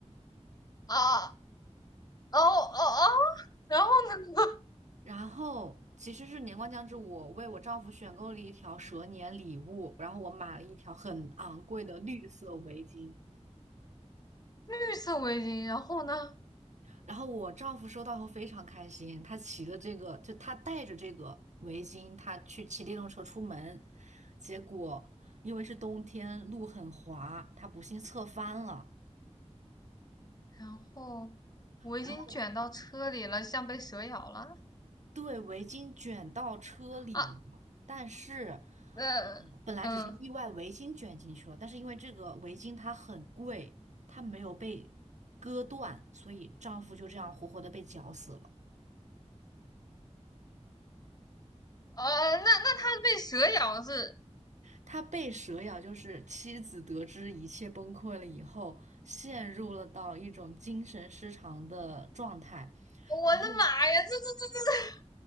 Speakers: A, on the left; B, on the right.
A: 啊，哦哦哦，然后呢？
B: 然后其实是年关将至，我为我丈夫选购了一条蛇年礼物，然后我买了一条很昂贵的绿色围巾。
A: 绿色围巾，然后呢？
B: 然后我丈夫收到后非常开心，他骑了这个，就他带着这个围巾，他去骑电动车出门，结果因为是冬天，路很滑，他不幸侧翻了，
A: 然后围巾卷到车里了，
B: 然后
A: 像被蛇咬了
B: 对围巾卷到车里了。
A: 啊！
B: 但是
A: 嗯嗯
B: 本来只是意外围巾卷进去了，但是因为这个围巾它很贵，它没有被割断，所以丈夫就这样活活的被绞死了。
A: 呃，那那它被蛇咬是？
B: 他被蛇咬，就是妻子得知一切崩溃了以后，陷入了到一种精神失常的状态。
A: 我的妈呀！
B: 然后
A: 这这这这